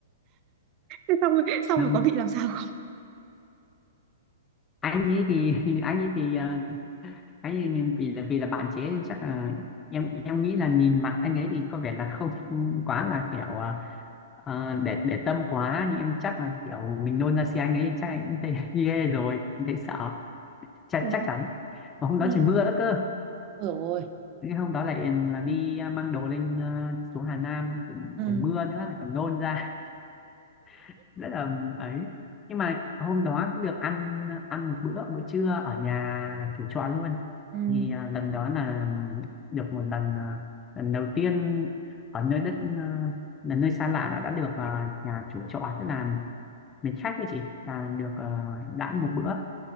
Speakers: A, on the right; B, on the left.
A: Thế xong rồi, xong
B: nôn
A: rồi có bị làm sao không?
B: anh ấy thì <laughs> anh ấy thì ờ, anh ấy nhìn- vì là vì là bạn chế chắc là em em nghĩ là nhìn mặt anh ấy thì có vẻ là không quá là kiểu ờ, ờ, để để tâm quá nhưng em chắc là kiểu mình nôn ra xe anh ấy thì chắc anh cũng thấy <laughs> ghê rồi cũng thấy sợ chắc
A: Ừ.
B: chắc chắn mà hôm
A: Ừ.
B: đó trời mưa đó cơ
A: Ôi dồi ôi.
B: Thế hôm đó lại là đi à, mang đồ lên à, xuống Hà Nam cũng
A: Ừ.
B: trời mưa nữa lại còn nôn ra <laughs> rất là ấy nhưng mà hôm đó cũng được ăn ăn một bữa bữa trưa ở nhà chủ trọ luôn
A: Ừ.
B: thì à, lần đó là được một lần à, lần đầu tiên ở nơi đất à, là nơi xa lạ đã, đã được à, nhà chủ trọ tức là mến khách ấy chị là được à, đãi một bữa